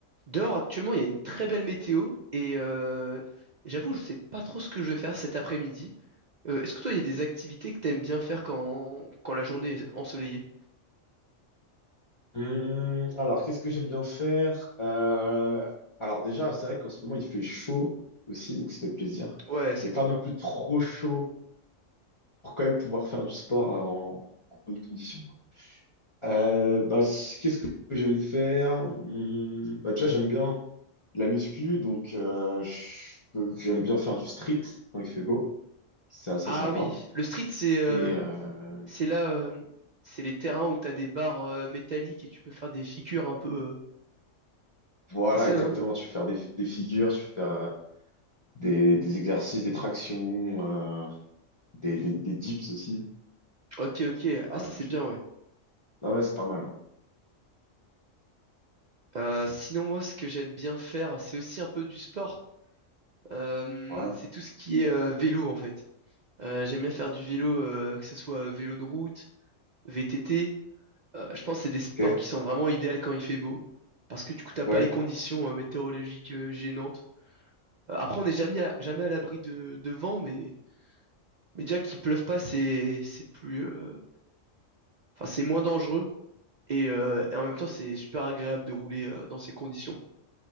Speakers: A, on the right; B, on the left.
A: Dehors, actuellement, il y a une très belle météo et euh, j'avoue, je sais pas trop ce que je vais faire cet après-midi. Euh, est-ce que toi, il y a des activités que t'aimes bien faire quand, quand la journée est ensoleillée?
B: Hum, alors, qu'est-ce que j'aime bien faire? Euh, alors déjà, c'est vrai qu'en ce moment, il fait chaud aussi, donc ça fait plaisir.
A: Ouais, c'est
B: Mais
A: trop
B: pas non
A: bien.
B: plus trop chaud pour quand même pouvoir faire du sport euh, en, en bonne condition. quoi. Euh, bah, c- qu'est-ce que j'aime faire? Hum, bah, déjà, j'aime bien la muscu, donc euh, je peux- j'aime bien faire du street quand il fait beau. C'est assez
A: Ah
B: sympa.
A: oui, le street, c'est euh,
B: Et euh,
A: c'est là, euh, c'est les terrains où t'as des barres euh, métalliques et tu peux faire des figures un peu. euh,
B: voilà,
A: C'est ça,
B: exactement,
A: non?
B: tu peux faire des, des figures, tu peux faire euh, des, des exercices, des tractions. euh, Des, des, des dips aussi.
A: Ok, ok.
B: Ah,
A: Ah, ça, c'est bien, ouais.
B: non, ouais, c'est pas mal.
A: Euh, sinon, moi, ce que j'aime bien faire, c'est aussi un peu du sport. Euh,
B: Ouais. Ouais,
A: c'est tout ce qui est euh, vélo, en fait. Euh, j'aime bien faire du vélo, euh, que ce soit vélo de route, VTT. Euh, je pense que c'est des sports
B: ok.
A: qui sont vraiment idéaux quand il fait beau, parce que du coup, t'as pas
B: Ouais,
A: les conditions euh, météorologiques euh, gênantes. Euh, après, on n'est jamais à, jamais à l'abri de, de vent, mais, mais déjà qu'il pleuve pas, c'est c'est plus, euh, enfin, c'est moins dangereux. Et, euh, et en même temps, c'est super agréable de rouler euh, dans ces conditions.